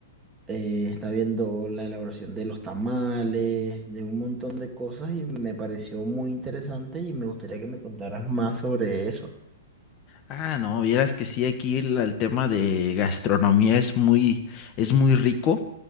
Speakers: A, on the right; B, on the left.
A: eh, está viendo la elaboración de los tamales, de un montón de cosas y me pareció muy interesante y me gustaría que me contaras más sobre eso.
B: Ah, no, vieras que sí, aquí el, el tema de gastronomía es muy, es muy rico.